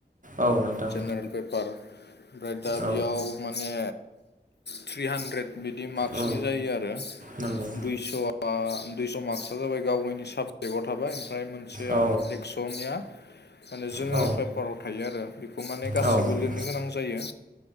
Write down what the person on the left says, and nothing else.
जेनेरेल पेपार ओमफ्राय दा
बेयाव माने थ्रि हान्द्रेद बिदि मार्कसनि
जायो आरो दुइ
दुइस'आ दुइस' मार्कस जाबाय गावावनि साबजेक्टआव थाबाय ओमफ्राय मोनसेया
एकसनिया माने जेनेरेल
पेपाराव थायो आरो बेखौ माने गासिबो
लिरनो गोनां जायो।